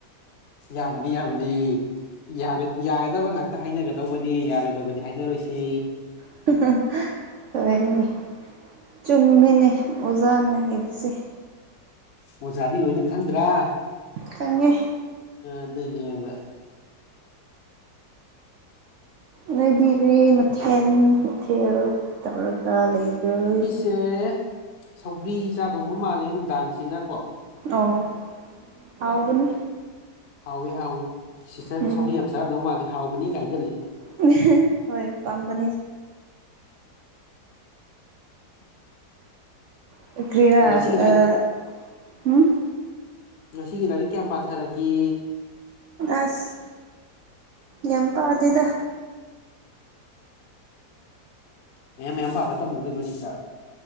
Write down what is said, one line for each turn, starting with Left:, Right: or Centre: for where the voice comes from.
Left: ꯌꯥꯕꯅꯤ ꯌꯥꯕꯅꯤ ꯌꯥꯒꯗ ꯌꯥꯒꯗꯕ ꯉꯥꯛꯇ ꯍꯥꯏꯅꯒꯗꯧꯕꯅꯤ ꯌꯥꯔꯣꯏꯗꯕꯗꯤ ꯍꯥꯏꯅꯔꯣꯏꯁꯤ
Right: <unintelligible> ꯍꯣꯏꯅꯤ ꯆꯨꯝꯃꯤꯅꯦ ꯑꯣꯖꯥꯅ ꯍꯩꯕꯁꯦ
Left: ꯑꯣꯖꯥꯗꯤ ꯂꯣꯏꯅ ꯈꯪꯗ꯭ꯔꯥ ꯑ
Right: ꯈꯪꯉꯦ
Left: ꯑꯗꯨꯅꯦꯕ
Right: ꯅꯣꯏꯗꯤ ꯒ꯭ꯔꯤ ꯃꯊꯦꯜ ꯃꯊꯦꯜ ꯇꯧꯔꯒ ꯂꯩꯕ꯭ꯔꯣꯏ
Left: ꯁꯦ ꯁꯧꯒ꯭ꯔꯤ ꯆꯥꯗꯧꯕ ꯃꯥꯜꯂꯦ ꯅꯨꯡꯗꯥꯡꯁꯤꯅ ꯀꯣ
Right: ꯑꯣ ꯑꯥꯎꯕꯅꯤ
Left: ꯍꯥꯎꯏ ꯍꯥꯎꯏ ꯁꯤꯁꯇꯔ
Right: ꯎꯝ
Left: ꯁꯧꯕꯤ ꯌꯥꯝ ꯆꯥꯔꯝꯗꯧ ꯃꯥꯜꯂꯦ ꯍꯥꯎꯕꯅꯤ ꯀꯥꯏꯁꯤꯜꯂꯦ
Right: <unintelligible> ꯍꯣꯏ ꯄꯥꯝꯕꯅꯤ <unintelligible>
Left: ꯉꯁꯤꯒꯤ ꯂꯥꯏꯔꯤꯛ
Right: ꯎꯝ
Left: ꯉꯁꯤꯒꯤ ꯂꯥꯏꯔꯤꯛ ꯀꯌꯥꯝ ꯄꯥꯊꯔꯒꯦ
Right: ꯑꯁ ꯌꯥꯝ ꯄꯥꯗꯦꯗ
Left: ꯃꯌꯥꯝ ꯃꯌꯥꯝ ꯄꯥꯕ ꯇꯝꯃꯨ ꯀꯩꯅꯣ ꯁꯤꯁꯥꯔ